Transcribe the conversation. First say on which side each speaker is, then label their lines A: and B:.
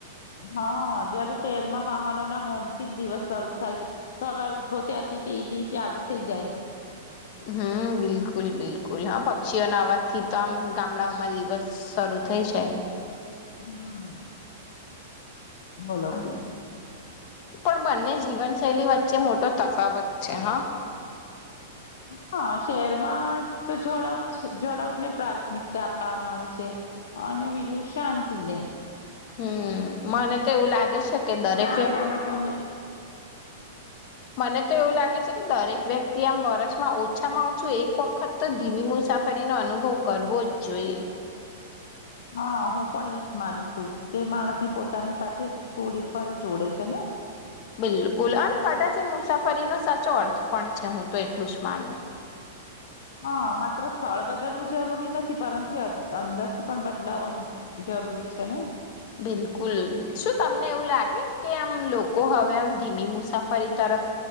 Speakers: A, on the left; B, on the left.
A: હા જયારે શહેરમાં વાહનો ના હોન થી જ દિવસ શરૂુ થાય છે સવાર ઉઠો ત્યાંથી તે ટ ચાલુ થઇ જાય
B: હમ બિલકુલ બિલકુલ હા પક્ષીઓના અવાજથી તો આમ ગામડાઓમાં દિવસ શરૂ થઇ જ
A: હમ બોલોી
B: હમ. પણ બંને જીવનશૈલી વચ્ચે મોટો તફાવત છે હા
A: હા શહેરમાં તો ઝડપ ઝડપ ને પ્રાથમિકતા આપવામાં આવે છે અને બીજું શાંતિ દેન
B: હમ મને તો એવું લાગે છે કે દરેક
A: તા
B: વ્યક્તિ
A: બડામાં તને
B: મને તો એવું લાગે છે કે દરેક વ્યક્તિ આમ વર્ષમાં ઓછામાં ઓછું એક વખત તો ધીમી મુસાફરીનોો અનુભવ કરવો જ જોઈએ
A: હા હું પણ એજ માનું છું તે માણસને પોતાની સાથે છોડી ફરી જોડે છે ને
B: બિલકુલ અને કદાચ એ મુસાફરીનો સાચો અર્થ પણ છે હું તો એટલું જ માનું
A: હા માત્ર સ્થળ બદલવું જરૂરી નથી પરંતુ અંદરથી પણ બદલાવ જરૂરી છે ને
B: બિલકુલ શું તમને એવું લાગે કે આમ લોકો હવે આમ ધીમી મુસાફરી તરફ